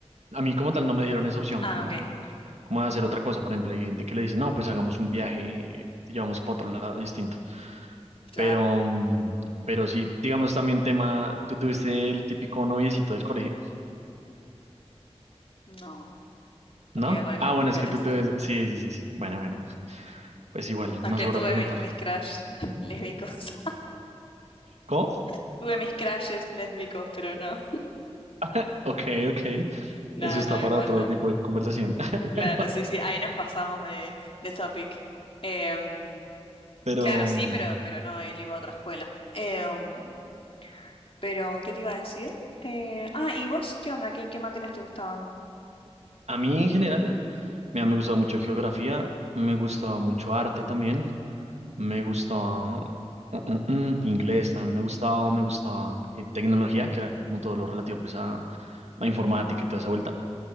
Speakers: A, on the right (about 85°); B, on the left (about 55°).
A: a mí como tal no me dieron esa opción,
B: Ah,
A: como,
B: ok,
A: como de hacer otra cosa. Por ejemplo, hay gente que le dice, no, pues hagamos un viaje, te llevamos para otro lado distinto.
B: claro.
A: Pero, mm, pero sí, digamos también tema, tú tuviste el típico noviecito del colegio,
B: No, porque
A: ¿no?
B: iba a colegio
A: Ah,
B: de
A: bueno,
B: mujeres.
A: es que tú tuviste, sí, sí, sí, sí. Bueno, bueno, pues igual,
B: Aunque
A: no sobra
B: tuve
A: preguntar.
B: mis, mis crush <laughs> lésbicos.
A: ¿Cómo?
B: <laughs> Tuve mis crushes lésbicos, pero no.
A: <laughs> Ok, ok.
B: No,
A: Eso está
B: no,
A: para
B: igual
A: otro
B: no.
A: tipo de conversación. <laughs>
B: Claro, sí, sí, ahí nos pasamos de, de topic. Em,
A: Pero
B: claro, sí,
A: mm,
B: pero, pero no, él iba a otra escuela. Em, pero, ¿qué te iba a decir? Eh, ah, ¿y vos qué onda? ¿Qué, qué materias te gustaban?
A: a mí en general, mira, me gustaba mucho geografía, me gustaba mucho arte también, me gustaba mm, mm, mm, inglés también, me gustaba, me gustaba eh, tecnología, que era como todo lo relativo pues a la informática y toda esa vuelta.